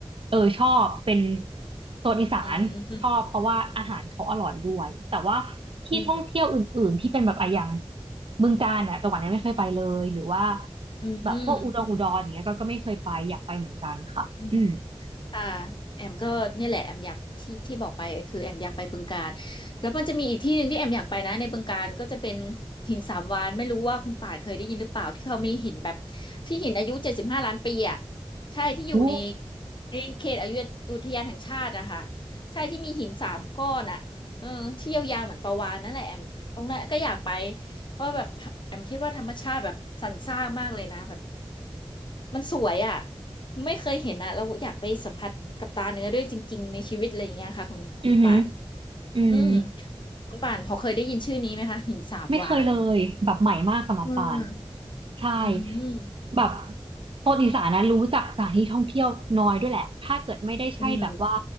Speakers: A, on the right; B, on the left.
A: เออชอบเป็นโซนอีสานชอบเพราะว่าอาหารเขาอร่อยด้วยแต่ว่า
B: อืม อืม
A: ที่ท่องเที่ยวอื่นๆที่เป็นแบบอะอย่าง
B: อ
A: บึงกาฬอ่ะจังหวัดนั้นไม่เคยไปเลยหรือว่า
B: ืมอ
A: แบบพวกอุดรอุดรอย่างเงี้ยก็ก็ไม่เคยไปอยากไปเหมือนกันค่ะอืม
B: ืม ค่ะแอมก็เนี่ยแหละแอมอยากที่ที่บอกไปคือแอมอยากไปบึงกาฬแล้วมันจะมีอีกที่หนึ่งที่แอมอยากไปนะในบึงกาฬก็จะเป็นหินสามวาฬไม่รู้ว่าคุณป่านเคยได้ยินหรือเปล่าที่เขามีหินแบบที่หินอายุเจ็ดสิบห้าล้านปีอ่ะใช่ที่อยู่ใน
A: โอ้
B: ในเขตอายุอุทยานแห่งชาติอะค่ะใช่ที่มีหินสามก้อนอะเออที่ยาวๆเหมือนปลาวาฬนั่นแหละแอมตรงนั้นก็อยากไป ว่าะแบบแอมคิดว่าธรรมชาติแบบสรรสร้างมากเลยนะแบบมันสวยอ่ะไม่เคยเห็นอ่ะเราอยากไปสัมผัสกับตาเนื้อด้วยจริงๆในชีวิตอะไรอย่างเงี้ยค่ะคุณคุณป่าน
A: อือหืออืม
B: อืมคุณป่านพอเคยได้ยินชื่อนี้ไหมคะหินสาบวาน
A: ไม่เคยเลยแบบใหม่มากสำหรับปาน
B: อืม
A: ใช่
B: อืม
A: แบบโซนอีสานนะรู้จักสถานที่ท่องเที่ยวน้อยด้วยแหละถ้าเกิดไม่ได้ใช่แบบว่า
B: อืม